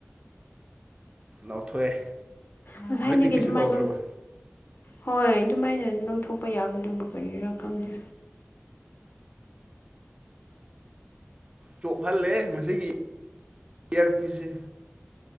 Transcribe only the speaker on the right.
ꯂꯥꯎꯊꯣꯛꯑꯦ
ꯍꯧꯖꯤꯛꯗꯤ ꯀꯩꯁꯨ
ꯇꯧꯗ꯭ꯔꯕ
ꯆꯣꯞꯍꯜꯂꯦ ꯃꯁꯤꯒꯤ ꯏꯌꯥꯔ ꯄꯤꯁꯁꯦ